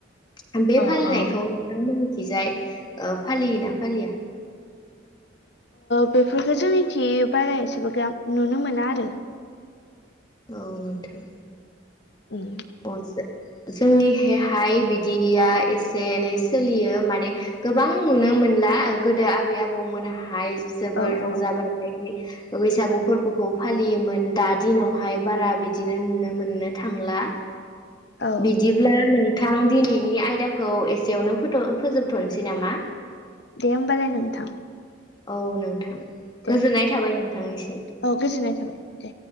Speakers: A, on the left; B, on the left.
A: <inaudible> बे
B: अ
A: फालिनायखौ
B: अ
A: नोंथां मोननिथिं बिजाय ओ फालियो ना फालिया
B: बेफोरखो जोंनिथि बाराऐसेगोबां आं नुनो मोना आरो
A: औ नुथों
B: उम
A: अ सो जोंनिहहाय बिदिया एसे एनै सोलियो माने गोबां नुनो मोनला गोदो आबै आबौमोनहाय जोबोर
B: औ
A: रंजा
B: औ
A: <unintelligible> बैसागु फोरबोखौ फालियोमोन दा दिनावहाय बारा बिदिनो नुनो मोननो थांला
B: औ
A: बिदिब्ला नों नोंथां दिनैनि आयदाखौ एसेयावनो फोथ फोजोबथ'नोसै नामा
B: दे होमबालाय नोंथां
A: औ नोंथां
B: दे
A: गोजोननाय थाबाय नोंथांनिसिम
B: औ गोजोननाय थाबाय दे